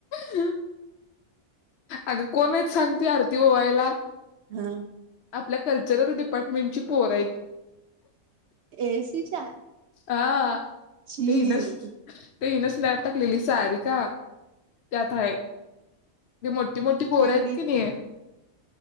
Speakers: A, on the left; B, on the right.
A: हु, अ अग कोणयत सांग ती आरती ओवाळायला?
B: हा
A: आपल्या कल्चर डिप पटमीची पोरयत.
B: एसी च्या
A: हा
B: छी.
A: ते हिनच ते हिनं स्नॅप टाकलेली सारीका त्यात हाय. <unintelligible> मोटी मोठी पोर
B: एवढी
A: आहेत की नाही